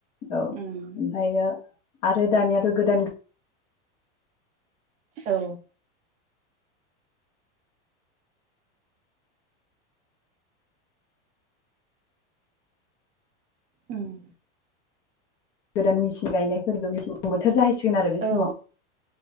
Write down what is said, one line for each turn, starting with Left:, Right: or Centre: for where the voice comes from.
Left: औ ओमफायो
Right: उम
Left: आरो दानियाथ' गोदान
Right: औ। उम।
Left: गोदान मेचिन गायनायफोरबो मेसें बोथोर जाहैसिगोन आरो बे
Right: औ
Left: समाव।